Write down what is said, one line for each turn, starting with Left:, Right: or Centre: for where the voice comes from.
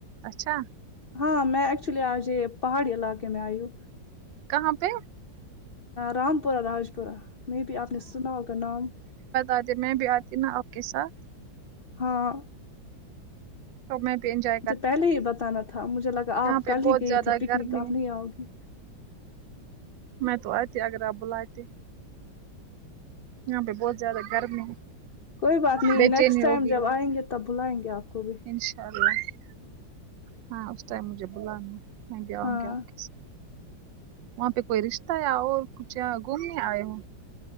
Right: اچھا
Left: ہاں میں ایکچولی آج یہ پہاڑی علاقے میں آئی ہو
Right: کہاں پہ
Left: رامپورہ راج پورہ مے بی آپنے سناہوگا نام
Right: آتی میں بھی آتی نا آپ کے ساتھ
Left: ہاں
Right: سب می ڈینجر
Left: مجھے پہلے ہی بتانا تھا مجھے لگا آپ کل
Right: پہ بہت
Left: ہی گئی
Right: زیادہ
Left: تھی پکنک
Right: گرمی
Left: آپ
Right: ہے
Left: نہیں آؤ گی
Right: میں تو آتی اگر آپ بلاتے یہاں پہ بہت زیادہ گرمی ہے
Left: کوئی بات نہیں
Right: بے
Left: نیکسٹ
Right: چینی
Left: ٹائم
Right: ہو گئی
Left: جب
Right: ہے
Left: آئیں گے تب بلائیں گے آپ کو بھی
Right: انشاء اللہ ہے ہاں اسس ٹائم مجھے بلانا ہے میں بھی آؤں
Left: ہاں
Right: گی آپ کے ساتھ وہاں پہ کوئی رشتہ یا اور کچھ گھومنے آئے ہو